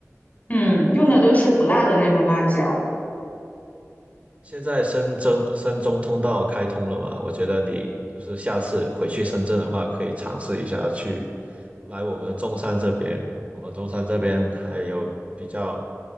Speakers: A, on the left; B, on the right.
A: 嗯，用的都是不辣的那种辣椒。
B: 现在深圳深中通道开通了嘛？我觉得你就是下次回去深圳的话，可以尝试一下去来我们中山这边。我们中山这边还有比较